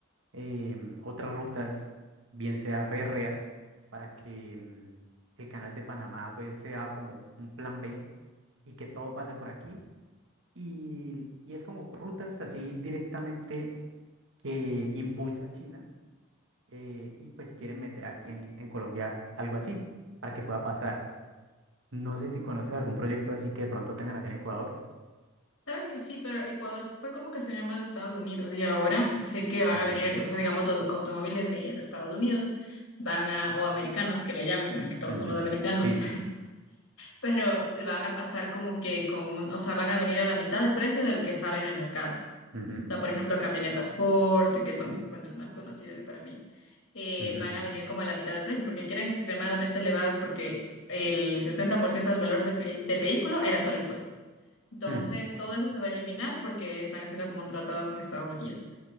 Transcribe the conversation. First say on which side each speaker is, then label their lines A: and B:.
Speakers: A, on the right (about 65°); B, on the left (about 65°).
A: em, otras rutas, bien sea férreas, para que mm, el canal de Panamá pues sea como un plan B y que todo pase por aquí y, y es como rutas así directamente que impulsa China eh, y pues quieren meter aquí en, en Colombia algo así para que pueda pasar. No sé si conoces algún proyecto así que de pronto tengan allá en Ecuador.
B: Sabes que sí, pero Ecuador fue como que se unió más de Estados Unidos y ahora sé que van
A: Ujú.
B: a venir, o sea, digamos, los automóviles de, de Estados Unidos van a, o americanos que le llamen, ¿no? que todos
A: Ujú,
B: somos americanos,
A: Sí.
B: pero van a pasar como que con un, o sea, van a venir a la mitad del precio del que estaba en el mercado.
A: ujú,
B: O sea, por ejemplo, camionetas Ford, que son, bueno, el más conocido para mí, eh,
A: ujú,
B: van a venir como a la mitad del precio, porque que eran extremadamente elevadas, porque el 60% del valor de ve- del vehículo era solo impuesto. Entonces,
A: mm,
B: todo eso se va a eliminar porque están haciendo como un tratado con Estados Unidos.